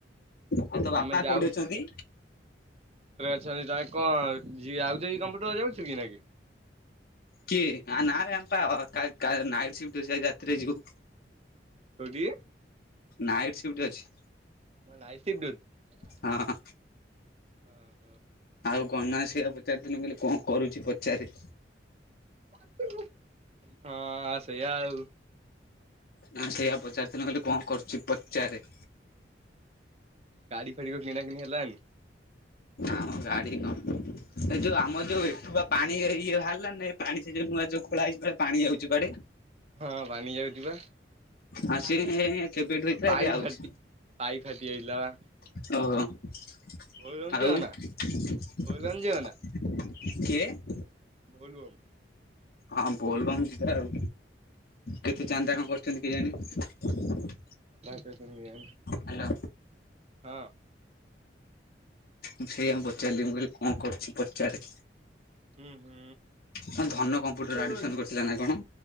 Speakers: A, on the left; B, on the right.
A: ଆଉ ତୋ
B: ତମେ
A: ବାପା
B: ଯାଉ
A: କୋଉଠି ଅଛନ୍ତି।
B: ଆଛନ୍ତି ଜଣେ କଣ ଯି ଆଉ ଯୋଉ କମ୍ପ୍ୟୁଟର ଯାଉଛ କି ଏଇନାକେ।
A: କିଏ ନାଁ ନାଁ ବେ ଆମେ ପା କାଲ କା ନାଇଟ୍ ଶିଫ୍ଟ ଅଛି ଯାଜି ରା ତିରେ ଯିବୁ।
B: କୋଉଠିକି
A: ନାଇଟ୍ ସିଫ୍ଟ ଅଛି।
B: ତମର ନାଇଟ ସଫ୍ଟ ଅଛି।
A: ହଁ
B: ହଁ।
A: ଆଉ ଗନା ସେଇଆକୁ ପଚାରିଥିନି ମୁଁ କହିଲେ କଣ କରୁଚି ପଚାରେ।
B: <inaudible> ହଁ ସେୟା ଆଉ।
A: ନା ସେଇଆ ପଚାରୁଥିଲି କହିଲି କଣ କରୁଚି
B: ଆଉ
A: ପଚାରେ?
B: ଗାଡି ଫାଡିି କିଣା କିଣି ହେଲାନି?
A: ଆମ ଗାଡି କଣ ଏ ଯୋଉ ଆମ ଯୋଉ ଏଠୁଆ ପାଣି ଇଏ ବାହାରିଲା ନା ପାଣି ସେ ଯୋଉ ନୂଆ ଯୋଉ ଖୋଳା ହେଇଚି ପରା ପାଣି ଯାଉଚି କୁଆଡେ?
B: ହଁ ପାଣିି ଯାଉଚି ପା
A: ଆଉ ସେ କେବେଠୁ ହେଇଥିଲା
B: ପାଇ
A: ଏବେ ଆଉଛି।
B: ଫାଟି ପାଇପ୍ ଫାଟି ଯାଇଥିଲା ବା।
A: ଓହୋ
B: ଭୋଲବମ୍
A: ଆଉ
B: ଯିବ ନା ଭୋଲବମ୍
A: କିଏ?
B: ଯିବ ନା ଭୋଲବମ୍
A: ହଁ ବୋଲବମ୍ ଯିବାଆଉ।
B: ହୁଁ।
A: କେତେ ଚାନ୍ଦା କଣ କରୁଚନ୍ତି କେଜାଣି?
B: <unintelligible>
A: ହେଲା।
B: ହଁ।
A: ମୁଁ ସେଇଆଙ୍କୁ ପଚାରିଲି ମୁଁ କହିଲି କଣ କରୁଚି ପଚାରେ?
B: ହୁଁ ହୁଁ।
A: ହଁ ଧନ କମ୍ପ୍ୟୁଟର ଆଡ଼ମିସନ୍ କରିଥିଲା ନାଁ କଣ?